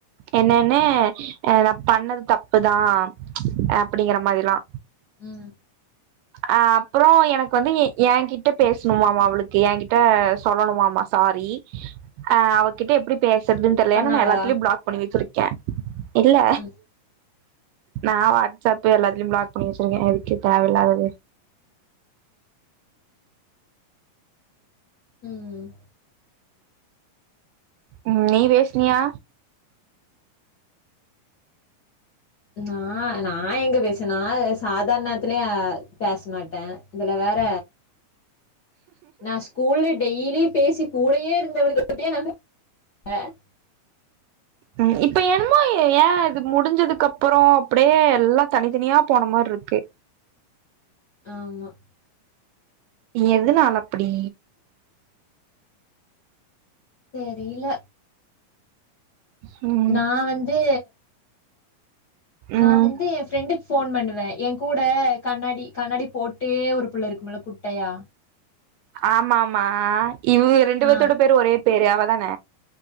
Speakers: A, on the right; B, on the left.
A: என்னென்னெ நா பண்ணது தப்பு தா அப்டிங்கற மாதிலா
B: ம்
A: ஆ அப்ரோ எனக்கு வந்து எ ய கிட்ட பேசணுமாமா அவளுக்கு ய கிட்ட சொல்லணுமாமா சாரி அ அவகிட்ட எப்டிப் பசறதுன் தெர்ல
B: சொன்னாளா
A: ஏன்னா நா எல்லாத்திலயு ப்ளாக் பண்ணி வச்சிருக்க இல்ல
B: ம் ம்
A: நா வாட்ஸ்அப்பு எல்லாத்திலயு ப்ளாக் பண்ணி வச்சிருக்க எதுக்கு தேவயில்லாத
B: ம்
A: ம் நீ் பேசுனியா
B: நா நா எங்க பேச நா பேச சாதாரணத்துலயே பசமாட்டே இதுல வற நா ஸ்கூல்ல டெய்லி பேசி கூடையே இருந்தவளுக கிட்டையே நானு <unintelligible>
A: ம் இப்ப என்னமோ ஏ இது முடிஞ்சதுக்கு அப்றோ அப்டியே எல்லா தனித்தனியா போன மாரி இருக்கு
B: ஆமா
A: எதுனால அப்டி
B: தெரில
A: ம்
B: நா வந்து
A: ம்
B: நா வந்து ஏ ஃப்ரெண்டுக்கு போன் பண்ணுவே எங் கூட கண்ணாடி கண்ணாடி போட்டே ஒரு புள்ள இருக்குமல்ல குட்டையா
A: ஆமாம்மா ஆ இவ ரெண்டு
B: ஆ
A: பேர்த்தோட பேரு ஒரே பேரு அவதான